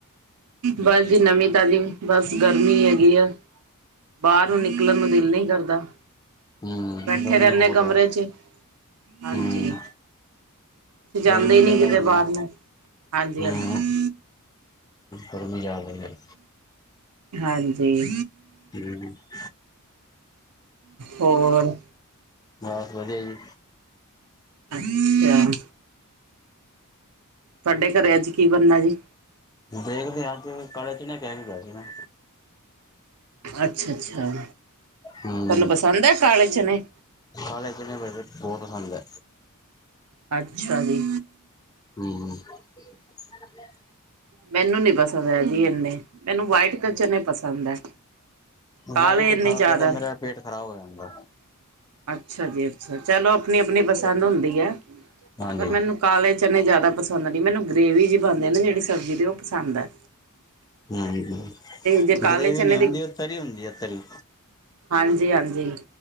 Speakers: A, on the right; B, on the left.
A: ਬਸ ਜੀ ਨਵੀਂ ਤਾਜ਼ੀ ਬਸ ਗਰਮੀ ਹੈਗੀ ਆ। ਬਾਰ ਨੂੰ ਨਿਕਲਨ ਨੂੰ ਦਿਲ ਨਈ ਕਰਦਾ।
B: ਹੂੰ,
A: ਬੈਠੇ
B: ਗਰਮੀ
A: ਰਹਿੰਦੇ
B: ਬੋਤ
A: ਕਮਰੇ
B: ਐ
A: ਚ ਹਾਂਜੀ
B: ਹੂੰ।
A: ਅਸੀਂ ਜਾਂਦੇ
B: ਗਰਮੀ
A: ਹੀ ਨਹੀਂ
B: ਜ਼ਾਦਾ
A: ਕਿਤੇ
B: ਹੋਈ ਐ
A: ਬਾਹਰ
B: ਨਾ
A: ਨੂੰ ਹਾਂਜੀ
B: ਹੂੰ।
A: ਹਾਂਜੀ
B: ਗਰਮੀ ਜਾਦਾ ਕਰਕੇ
A: ਹਾਂਜੀ।
B: <inaudible>
A: ਹੋਰ
B: ਬਸ ਵਦੀਆ ਜੀ।
A: ਅੱਛੇਆ। ਤੁਆਡੇ ਘਰੇ ਅੱਜ ਕੀ ਬਨਨੈ ਜੀ।
B: ਦੇਖਦੇ ਆਂ ਅੱਜ ਕਾਲੇ ਚਨੇ ਕੈ ਕੇ ਗਿਆ ਸੀ ਨਾ।
A: ਅੱਛਾ-ਅੱਛਾ
B: ਹੂੰ
A: ਤਾਨੂੰ ਪਸੰਦ ਐ ਕਾਲੇ ਚਨੇ।
B: ਕਾਲੇ ਚਨੇ ਮੈਨੂੰ ਵੀ ਬਹੁ ਪਸੰਦ ਐ।
A: ਅੱਛਾ ਜੀ।
B: ਹੂੰ <unintelligible>
A: ਮੈਨੂੰ ਨੀ ਪਸੰਦ ਐ ਜੀ ਏਨੇ, ਮੈਨੂੰ ਵਾਈਟ ਤਾ ਚਨੇ ਪਸੰਦ ਐ। ਕਾਲੇ
B: ਵਾਈਟ
A: ਏਨੇ
B: ਖਾ
A: ਜ਼ਾਦਾ
B: ਕੇ ਤਾਂ ਮੇਰਾ ਪੇਟ ਖ਼ਰਾਬ ਹੋ ਜਾਂਦੈ।
A: ਅੱਛਾ ਜੀ ਅੱਛਾ ਚਲੋ ਅਪਨੀ-ਅਪਨੀ ਪਸੰਦ ਹੁੰਦੀ ਐ
B: ਹਾਂਜੀ
A: ਪਰ ਮੈਨੂੰ ਕਾਲੇ ਚਨੇ ਜ਼ਾਦਾ ਪਸੰਦ ਨੀ, ਮੈਨੂੰ ਗ੍ਰੇਵੀ ਜੀ ਪਾਂਦੇ ਆ ਨਾ ਜੇੜੀ ਸਬਜ਼ੀ ਦੀ ਓ ਪਸੰਦ ਐ।
B: ਹੂੰ
A: ਜੇ ਕਾਲੇ
B: ਗਰੇਵੀ
A: ਚਨੇ
B: ਨੀ ਹੁੰਦੀ ਓ ਤਰੀ ਹੁੰਦੀ ਐ ਤਰੀ।
A: ਹਾਂਜੀ-ਹਾਂਜੀ